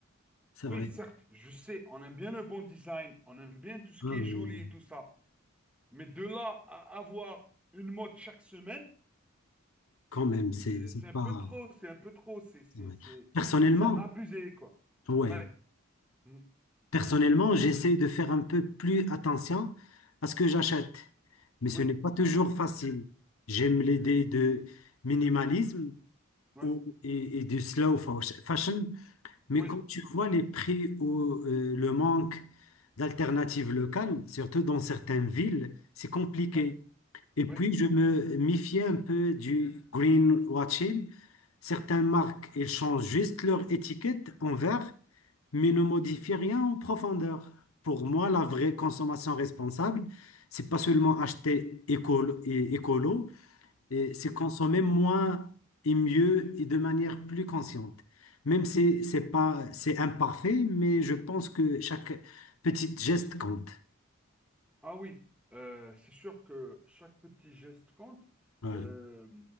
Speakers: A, on the left; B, in the centre.
A: c'est
B: Oui,
A: vrai.
B: certes, je sais, on aime bien le bon design, on aime bien tout ce
A: Ah
B: qui
A: oui,
B: est joli et tout ça. Mais de là à avoir une mode chaque semaine,
A: Quand même, c'est
B: euh,
A: c'est
B: c'est un
A: pas.
B: peu trop, c'est un peu trop, c'est c'est-
A: c'est vrai.
B: c'est-
A: Personnellement,
B: c'est abusé, quoi.
A: Ouais.
B: Ouais. Mhm.
A: Personnellement, j'essaye de faire un peu plus attention à ce que j'achète, mais ce
B: Oui,
A: n'est pas toujours facile. J'aime l'idée
B: ouais,
A: de minimalisme
B: ouais,
A: ou- et, et du slow fa- fashion, mais
B: oui,
A: quand tu vois les prix ou euh, le manque d'alternatives locales, surtout dans certaines villes, c'est compliqué.
B: ouais,
A: Et puis,
B: ouais.
A: je me méfiais un peu du greenwashing. Certaines marques, elles changent juste leur étiquette en vert, mais ne modifient
B: Mhm.
A: rien en profondeur. Pour moi, la vraie consommation responsable, c'est pas seulement acheter écolo, et écolo, et c'est
B: Mhm.
A: consommer moins et mieux et de manière plus consciente. Même si c'est pas, c'est imparfait, mais je pense que chaque petit geste compte.
B: Ah oui, Euh, c'est sûr que chaque petit geste compte.
A: Ouais.
B: Euh,